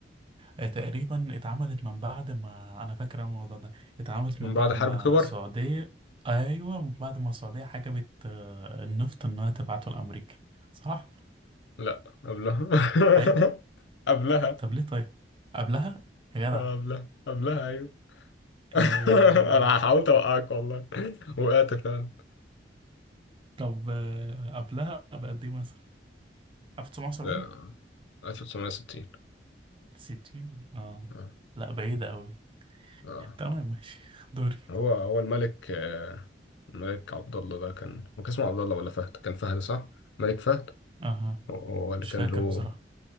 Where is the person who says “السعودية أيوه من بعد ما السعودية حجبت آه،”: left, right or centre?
Right